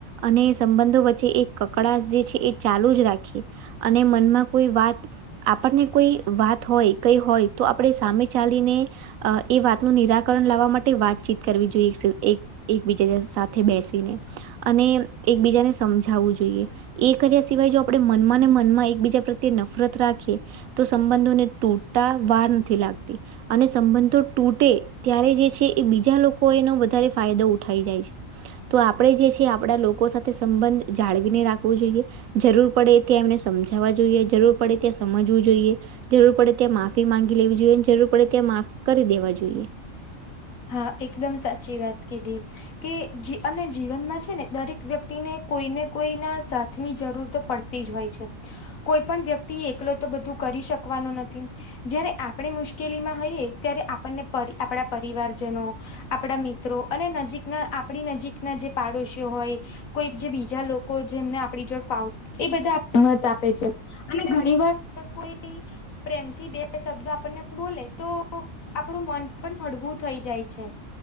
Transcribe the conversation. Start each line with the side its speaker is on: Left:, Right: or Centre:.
Right: અને સંબંધો વચ્ચે એક કકડાશ જે છે એ ચાલુ જ રાખીએ અને મનમાં કોઈ વાત આપણને કોઈ વાત હોય કઈ હોય તો આપણે સામે ચાલીને અ એ વાતનું નિરાકર લાવવા માટે વાતચીત કરવી જોઈએ એકબીજા સાથે બેસીને અને એકબીજાને સમજાવવું જોઈએ. એ કર્યા સિવાય જો આપણે મનમાં ને મનમાં એકબીજા પ્રત્યે નફરત રાખીએ તો સંબંધોને તૂટતા વાર નથી લાગતી અને સંબંધો તૂટે ત્યારે જે છે એ બીજા લોકો એનો વધારે ફાયદો ઉઠાઈ જાય છે. તો આપણેે જે છે આપડા લોકો સાથે સંબંધ જાળવીને રાખવું જોઈએ. જરૂર પડે ત્યાં એમને સમજાવવા જોઈએ જરૂર પડે ત્યાં સમજવું જોઈએ. જરૂર પડે ત્યાં માફી માંગી લેવી જોઈએ જરૂર પડે ત્યાં માફી કરી દેવા જોઈએ.
Left: હા એકદમ સાચી વાત કીધી કે જી અને જીવનમાં છે ને દરેક વ્યક્તિને કોઈને કોઈના સાથની જરૂર તો પડ તી જ હોય છે કોઈ પણ વ્યક્તિ એકલો તો બધું કરી શક શકવાનો નથી જયારે આપણે મુશ્કેલીમાં હએ ત્યારે આપણને આપણા પરિવાર જનો આપણા મિત્રો અને નજીકના આપણી નજીકના જે પાડોશીઓ હોય. કોઈ જે બીજા લોકો જે એમને આપણી જોડ ફાવ એ બધા મત આપે છે. અને ઘણી વાર કોઈની. પ્રેમથી બે શબ્દ આપણને બોલે તો આપણું મન પણ હળવું થઈ જાય છે